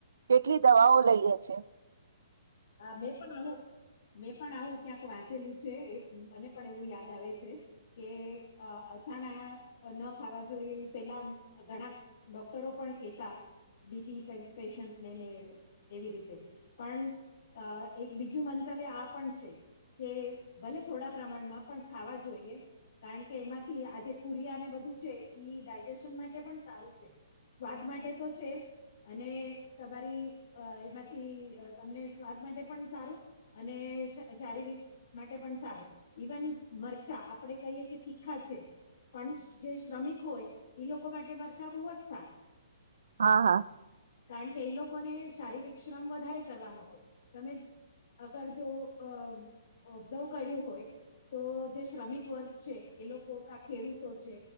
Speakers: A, on the right; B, on the left.
A: કેટલી દવાઓ લઈએ છે.
B: હા મે પણ હવે મેં પણ આવું ક્યાંક વાંચેલું છે એ મને પણ એવું યાદ આવે છે કે અથાણા ન ખાવા જોઈએ એવું પેલા ઘણા ડોક્ટરો પણ કેતા બી પી પેશન્ટને ને ને એવી રીતે પણ અ એક બીજું મંતવ્ય આ પણ છે કે ભલે થોડા પ્રમાણમાં પણ ખાવા જોઈએ. કારણ કે એમાંથી આજ કુરિયાને બધું છે ડાયજેશન માટે પણ સારું છે. સ્વાદ માટે તો છે જ અને તમારી એમાંથી તમને સ્વાદ માટે પણ સારું અને શા શારીરિક માટે પણ સારું. ઇવન મરચા આપણે કહીએ કે તીખા છે, પણ જે શ્રમિક હોય એ લોકો માટે મરચાં બહુ જ સારા.
A: હા હા.
B: કારણ કે એ લોકોને શારીરિક શ્રમ વધારે કરવાનો હોય. તમે અગર જો અ ઓબ્ઝર્વ કર્યું હોય તો જે શ્રમિક વર્ગ છે એ લોકો કા ખેડૂતો છે